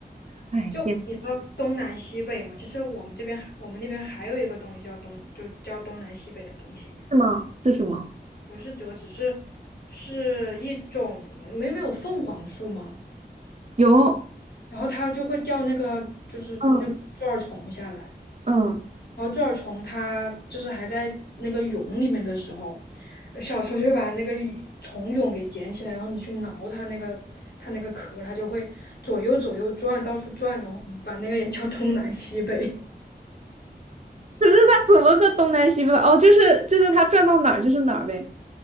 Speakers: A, on the right; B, on the left.
A: 哎，
B: 就你说东南西北嘛，
A: 天，
B: 其实我们这边我们那边还有一个东西叫东，就叫东南西北的东西，
A: 是吗？是什么？
B: 不是折纸，是是一种你们那边有凤凰树吗？
A: 有，
B: 然后它就会掉那个就是那个猪耳虫下来，
A: 嗯嗯，
B: 然后猪耳虫它就是还在那个蛹里面的时候，呃小球就会把那个虫蛹给捡起来，然后你去挠它那个它那个壳，它就会左右左右转，到处转，然后把那个也叫东南西北。
A: 可是他怎么个东南西北法哦，就是就是他转到哪儿就是哪儿呗。